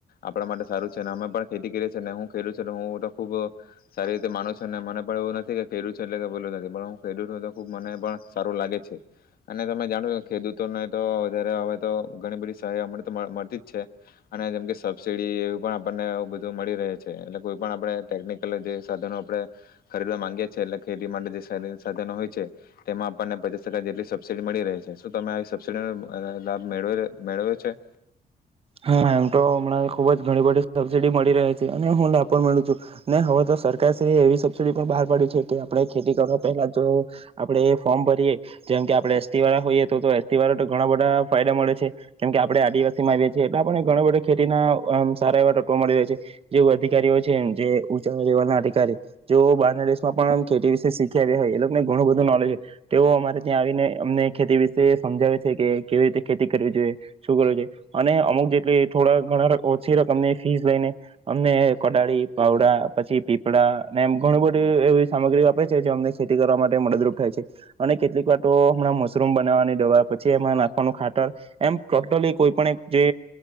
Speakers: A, on the left; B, on the right.
A: આપણા માટે સારું છે અને અમે પણ ખેતી કરીએ છીએ ને હું ખેડૂત છે તો હું તો ખૂબ સારી રીતે માનું છું ને મને પણ એવું નથી કે ખેડૂત છે એટલે કે <unintelligible> ખૂબ મને પણ સારું લાગે છે અને તમે જાણો છો ખેડૂતોને તો વધારે હવે તો ઘણી બધી સહાય મળ મળતી જ છે અને જેમકે સબસિડી એવી પણ આપણને બધું મળી રહે છે એટલે કોઈ પણ આપણે ટેકનિકલ જે સાધનો આપણે ખરીદવા માંગીએ છીએ એટલે ખેતી માટે જે સાધનો હોય છે તેમાં આપણને પચીાસ ટકા જેટલી સબસિડી મળી રહે છે શું તમે આવી સબસિડી લાભ મેળવેલો મેળવ્યો છે.
B: હા એમ તો હમણાં ખુબ જ ઘણી બધી સબસિડી મળી રહે છે અને હું લાભ પણ મળુ છું ને હવે તો સરકાર શ્રી એવી સબસિડી પણ બહાર પાડી છે કે આપણેે ખેતી કરવા પહેલા જો આપડે એ ફોર્મ ભરીએ જેમ કે આપણેે એસટી વાળા હોઈએ તો એસટી વાળા તો ઘણા બ બધાં ફાયદા મળે છે કેમ કે આપણે આદિવાસી માં આવીએ છીએ એટલે આપને ઘણી બધે ખેતીના અ સારા એવા તત્વો મળી રહે છે જે અધિકારી હોય છે જે ઉંચાેવ ના અધિકારી જેઓ બહારના દેશમાં પણ ખેતી વિશે શીખી આવ્યા હોય એ લોકોને ઘણું બધું નોલેજ તેઓ અમારે ત્યાં આવીને અમને ખેતી વિશે સમજાવે છે કે કેવી રીતે ખેતી કરવી જોઈએ શું કરવું જોઈએ અને અમુક જેટલી થોડા ઘણા ઓછી રકમની ફીસ લઈને અમને કોઢાળી પાવડા પછી પીપળા અને એમ ઘણું બધું એવી સામગ્રી આપે છે જે અમને ખેતી કરવા માટે મદદરૂપ થાય છે અને કેટલીક વાતો હમણાં મશરૂમ બનાવવાની દવા પછી એમાં <unintelligible> ખાટર એમ ટોટલી કોઈ પણ એક જે